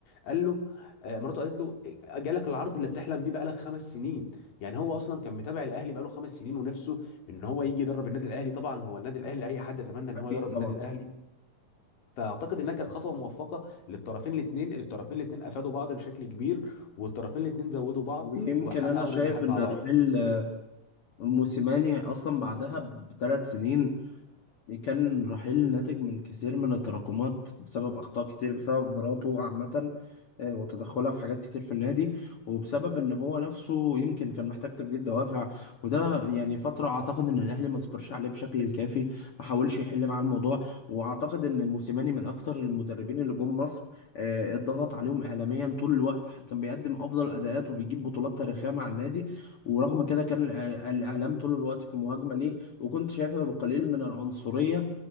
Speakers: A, on the left; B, on the left.
A: قال له آه، مراته قالت له آه، جالك العرض اللي بتحلم بيه بقالك خمس سنين يعني هو اصلا كان متابع الاهلي بقاله خمس سنين ونفسه ان هو يجي يدرب النادي الاهلي طبعا هو النادي الاهلي اي حد يتمنى ان
B: اكيد
A: هو يدرب
B: طبعا
A: النادي الاهلي فاعتقد انها كانت خطوه موفقه للطرفين الاثنين الطرفين الاثنين افادوا بعض بشكل كبير والطرفين الاثنين زودوا بعض
B: ويمكن
A: وحققوا
B: انا شايف
A: نجاحات
B: ان
A: مع بعض
B: رحيل موسيماني اصلا بعدها بثلاث سنين كان رحيل ناتج من كثير من التراكمات بسبب أخطاء كتير بسبب مراته عامة آه، وتدخلها في حاجات كتير في النادي وبسبب إن هو نفسه يمكن كان محتاج تجديد دوافع وده يعني فترة أعتقد إن الأهلي ما صبرش عليه بشكل الكافي ما حاولش يحل معاه الموضوع وأعتقد إن موسيماني من أكتر المدربين اللي جم مصر آه، اتضغط عليهم إعلاميا طول الوقت كان بيقدم أفضل أداءات وبيجيب بطولات تاريخية مع النادي ورغم كده كان الإع- الإعلام طول الوقت في مهاجمة ليه وكنت شايفها بقليل من العنصرية